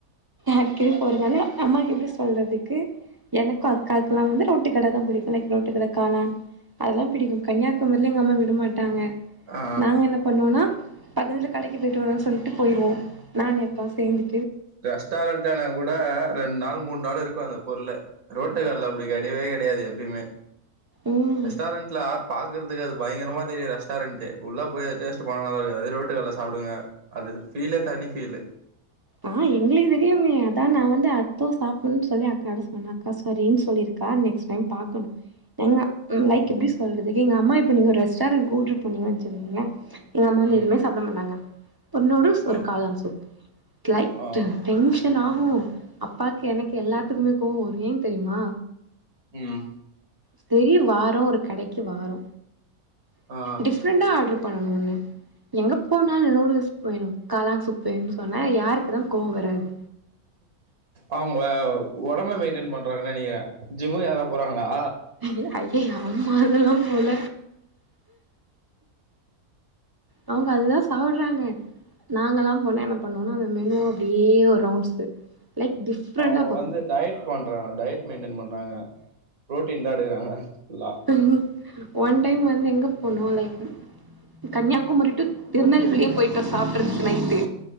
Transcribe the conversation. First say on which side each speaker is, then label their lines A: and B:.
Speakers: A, on the right (about 20°); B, on the right (about 70°).
A: அடிக்கடி போறனால அம்மாக்கு எப்டி சொல்றதுக்கு எனக்கு அக்காக்கு வந்து டு கட தா பிடிக்கும் ரோட்டு கட காளான் அதெல்லா பிடிக்கு கன்னியாகுமரியில எங்க அம்மா விடமாட்டாங்க
B: ஆ
A: நாங்க என்ன பண்ணோனா பக்கத்துல கடைக்கு பே னு சொல்ட்டு போய்ருவோ நான் அக்கா சேந்து
B: ரெஸ்டாரென்ட் ஆனா கூட ரெண் நாள் மூண் நாள் இருக்கு அந்த பொருளே ரோட்டுக்கடைல அப்டி கெடையவே கெடையாது எப்பயுமே
A: ம்
B: ரெஸ்டாரண்ட்ல அப் பாக்கற்துக்கு அது பயங்கரமா தெரியு ரெஸ்டாரெண்ட்டு உள்ள போய் டேஸ்ட்டு பன்னதா இருக்குது அதே ரோட்டு கடைல சாப்டுங்க அது ஃபீலே தனி ஃபீலு
A: ஆ எங்ளுக்கு தெரியுமே அதா நா வந்து அத்தோ சாப்பிட்னு சொல்லி அக்காட்ட சொன்ன அக்கா சுரின்னு சொல்லிருக் கா நெக்ஸ்ட் டைம் பாக்கணு எங்க
B: ம்
A: லைக் எப்டி சொல்றதுக்கு எங்க அம்மா இப்ப நீங்க ஒரு ரெஸ்டாரண்ட் கூட்டு போனீங்க வச்சிக்கங்கள எங்க அம்மா வந்து
B: ம்
A: எதுமே சாப்ட மாட்டாங்க ஒரு நூடுல்ஸ் ஒரு
B: ஆ
A: காளான் சூப் இட் லைக்
B: ஆ
A: டென்ஷன் ஆகு அப்பாக்கு எனக்கு எல்லாத்துக்குமே கோவோ வரு ஏன் தெரிமா
B: ம்
A: சேரி வாரோ ஒரு கடைக்கி வாரோ
B: ஆ
A: டிஃப்ரெண்டா ஆடர் பண்ணணுங்க எங்க போனாலு நூடுல்ஸ் வேணு காளான் சூப் வேணு சொன்னா யாருக்கு தா கோவோ வராது
B: அவங்க ஒடம்ப மெய்ன்டெய்ன் பண்றாங்கன்னு நினைக்கிற ஜிம்முக்கு எதுனா போறாங்களா
A: என்னது அய்யய்ய அம்மா அதெல்லா போல அவங்க அதுதா சாப்டுறாங்க நாங்கல்லா போனா என்ன பண்ணுவோனா அந்த மெனுவ அப்டியே ஒரு ரவுண்ட்ஸ் போய் லைக் டிஃப்ரெண்ட்டா
B: அவங்க
A: பாப்போ
B: வந்து டயட் பண்றாங்க டயட் மெய்ன்டென் பண்றாங்க ப்ரோட்டீன் தா எடுக்கறாங்க ஃபுல்லா
A: ம் ஒன் டைம் வந்து எங்க போனோ லைக் கன்னியாகுமரி ட்டு திருநெல்வேலியே போய்ட்டோ சாப்ட்டுறதுக்கு நைட்டு